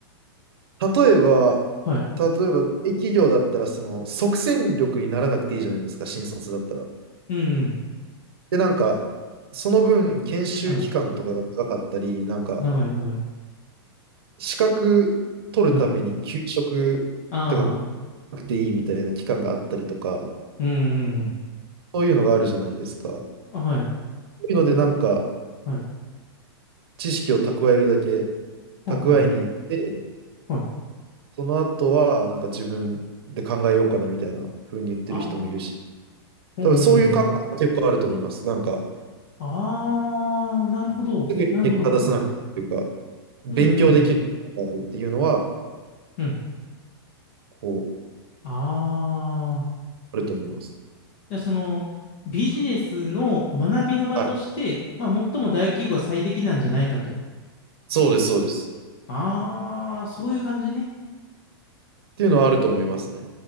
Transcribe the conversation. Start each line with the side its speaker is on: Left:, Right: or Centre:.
Right: 例えば、
Left: はい。
Right: 例えば、大企業だったら、その、即戦力にならなくていいじゃないですか、新卒だったら。
Left: うん
Right: で、なんか、その分、研修期間とかが長かったり、
Left: うん。はい。
Right: なんか、
Left: 長い長い。
Right: 資格取るために休職とか
Left: はい。ああ。
Right: なくていいみたいな期間があったりとか、
Left: うんうんうん。
Right: そういうのがあるじゃないですか。
Left: あ、はい。
Right: そういうので、なんか、
Left: はい。
Right: 知識を蓄えるだけ、
Left: はんはん。
Right: 蓄えに行って、
Left: はい。
Right: その後は、なんか自分で考えようかなみたいな風に言ってる人もいるし、
Left: ああ。うんうんうん。
Right: 多分そういう考えも結構あると思います。なんか、
Left: ああ、なるほど。
Right: すぐに結果出さなくていうか、
Left: なるほど。
Right: 勉強できる
Left: うんうんうん。
Right: っていうのは、
Left: うん
Right: こう、
Left: ああ。
Right: あると思います。
Left: じゃあその、ビジネスの学びの場として、
Right: はい。
Left: まあ、最も大企業は最適なんじゃないかと。
Right: そうです、そうです。
Left: ああ、そういう感じね。
Right: っていうのはあると思いますね。